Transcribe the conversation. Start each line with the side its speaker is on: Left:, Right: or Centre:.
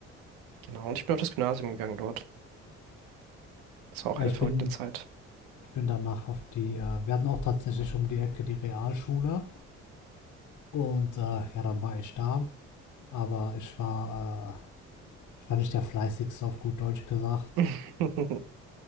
Right: Genau. Und ich bin auf das Gymnasium gegangen dort. Das war auch
Left: Ja,
Right: eine
Left: ich
Right: verrückte
Left: bin,
Right: Zeit.
Left: ich bin danach auf die, äh, wir hatten auch tatsächlich um die Ecke die Realschule und äh, ja, dann war ich da, aber ich war, äh, ich war nicht der fleißigste auf gut Deutsch gesagt.
Right: <laughs>